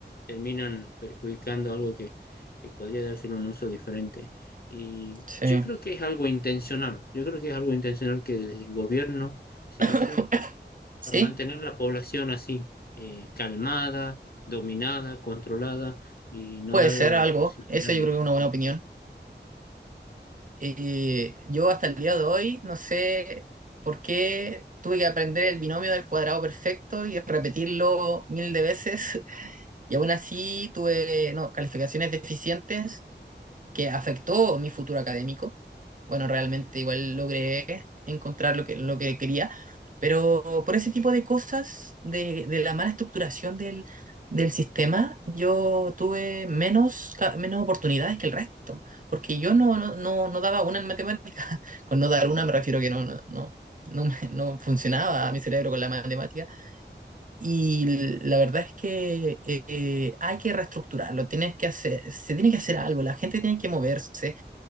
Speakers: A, on the left; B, on the right.
A: terminan perjudicando algo que, que podría dárselo un uso diferente. Y
B: Sí.
A: yo creo que es algo intencional, yo creo que es algo intencional que desde el gobierno se
B: <laughs>
A: hace
B: Sí,
A: para mantener la población así, eh, calmada, dominada, controlada y no
B: puede
A: darle
B: ser
A: la
B: algo.
A: posibilidad
B: Eso
A: de,
B: yo creo que es una
A: de
B: buena opinión. Y yo hasta el día de hoy no sé por qué tuve que aprender el binomio del cuadrado perfecto y repetirlo mil de veces. <laughs> Y aún así tuve no, calificaciones deficientes que afectó mi futuro académico. Bueno, realmente igual logré encontrar lo que, lo que quería, pero por ese tipo de cosas, de, de la mala estructuración del, del sistema, yo tuve menos, ca- menos oportunidades que el resto, porque yo no, no, no, no daba una en matemática. <laughs> Con no dar una me refiero que no, no, no, no, me- no funcionaba mi cerebro con la matemática. Y la verdad es que eh, hay que reestructurarlo, tienes que hacer, se tiene que hacer algo, la gente tiene que moverse